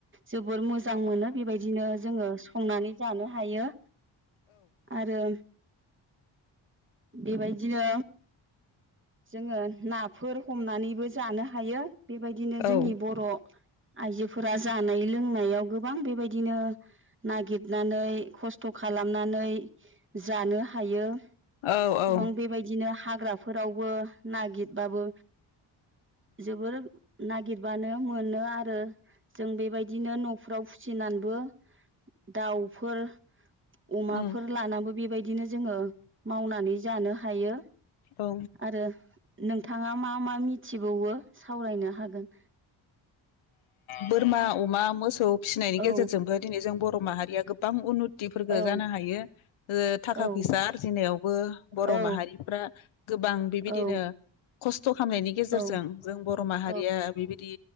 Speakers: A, on the right; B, on the left.
A: जोबोर मोजां। मोजां मोनो बेबायदिनो जोङो संनानै जानो हायो आरो। बेबायदिनो जोङो नाफोर हमनानैबो जानो हायो। बेबायदिनो जोंनि
B: औ
A: बर' आइजोफोरा जानाय लोंनायाव गो बां बेबायदिनो नागिरनानै खस्थ' खालामनानै जानो हायो।
B: औ
A: गोबां
B: औ
A: बेबायदिनो हाग्रा फोरावबो नागिरबाबो जोबोर नागिरबानो मोनो आरो जों बेबायदिनो न' औ फुसिनानबो दाउफोर अमाफोर
B: उम
A: लानाबो बेबायदिनो जोङो मावनानै जानो हायो
B: औ
A: आरो नों थाङा मा मा मिथिबावो सावरायनो हागोन?
B: बोरमा, अमा मोसौ फिसिनायनि
A: औ
B: गेजेरजोंबो दिनै जों बर' माहारिया गोबां उननुथि फोरखो
A: औ
B: जानो हायो ओ थाखा
A: औ
B: फैसा आरजिनायावबो बर'
A: औ
B: माहारिफ्रा गोबां बेबायदिनो
A: औ
B: खस्थ' खालामनायनि गेजेरजों
A: औ
B: जों बर' माहारिया
A: बेबायदिनो
B: बेबायदि